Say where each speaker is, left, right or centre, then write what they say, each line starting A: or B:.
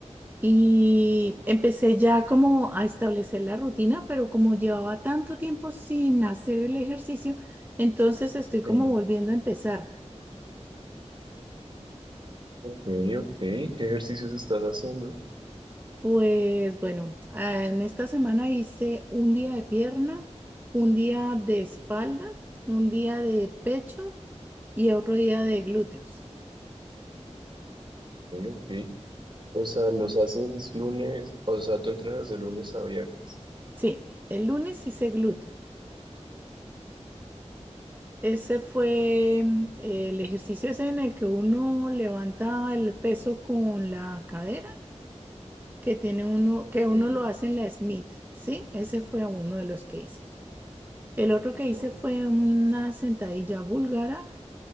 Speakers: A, on the right; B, on the right.
A: y
B: Ujú.
A: empecé ya como a establecer la rutina, pero como llevaba tanto tiempo sin hacer el ejercicio, entonces estoy como
B: Sí.
A: volviendo a empezar.
B: Ok, ok. ¿Qué ejercicios estás haciendo? Ok,
A: Pues bueno, ah, en esta semana hice un día de pierna, un día de espalda, un día de pecho y otro día de glúteos.
B: ok. O sea, los haces lunes, o sea, tú entrenas de lunes a viernes.
A: Sí, el lunes hice glúteos. Ese fue mm, el ejercicio ese en el que uno levanta el peso con la cadera, que tiene uno,
B: Ok.
A: que uno lo hace en la Smith, ¿sí? Ese fue uno de los que hice. El otro que
B: Ajá.
A: hice fue una sentadilla búlgara